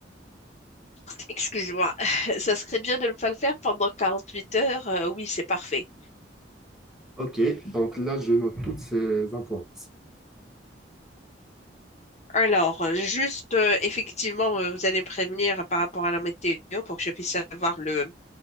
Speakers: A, on the left; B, in the centre.
A: Excuse-moi, <laughs> ça serait bien de ne pas le faire pendant 48 heures. Euh, oui, c'est parfait.
B: Ok, donc là, je note toutes ces infos.
A: Alors, euh, juste, euh, effectivement, euh, vous allez me prévenir par rapport à la météo pour que je puisse savoir le,